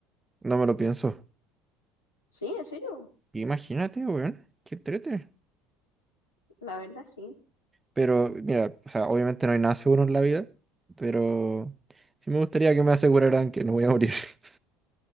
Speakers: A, on the right; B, on the left.
A: No me lo pienso.
B: Sí, en serio.
A: Imagínate, weón. Qué trete.
B: La verdad, sí.
A: Pero, mira, o sea, obviamente no hay nada seguro en la vida. Pero sí me gustaría que me aseguraran que no voy a morir. <laughs>